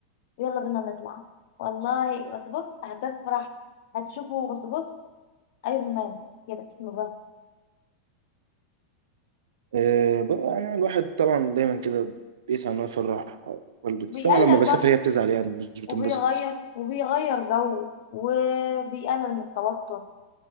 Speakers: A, on the left; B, on the right.
A: ويلا بينا نطلع والله بس بص هتفرح هتشوفه بس بص أيرون مان كده في مظهر
B: أه بقى يعني الواحد طبعا دايما كده بيسعى إن هو يفرح والده بس
A: بيقلل
B: أنا لما بسافر
A: برضه
B: هي بتزعل يعني مش بتنبسط
A: وبيغير وبيغير جو وبيقلل من التوتر